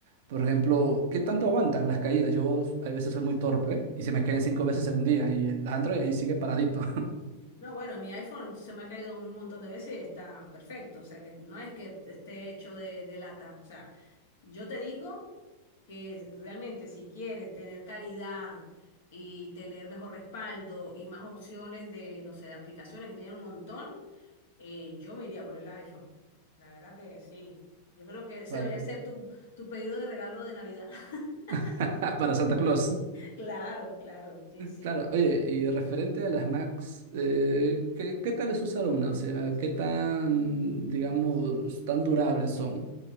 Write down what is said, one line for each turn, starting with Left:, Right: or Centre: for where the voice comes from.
Right: Por ejemplo, ¿qué tanto aguantan las caídas? Yo a veces soy muy torpe y se me caen cinco veces en un día y el Android ahí sigue paradito
Left: No, bueno, mi iPhone se me ha caído un montón de veces y está perfecto. O sea, que no es que esté hecho de, de lata. O sea, yo te digo. que realmente si quieres tener calidad y tener mejor respaldo y más opciones de, no sé, de aplicaciones que tienen un montón, eh, yo me iría por el iPhone. La verdad que sí. Yo creo que
Right: <laughs>
Left: ese
Right: para,
Left: debería ser tu, tu pedido de regalo de Navidad. <laughs>
Right: <laughs> para Santa Claus.
Left: Claro, claro, sí, sí.
Right: Claro, oye, y referente a las Macs, eh, ¿qué, qué tal es usar una? O sea, ¿qué tan, digamos, tan durables son?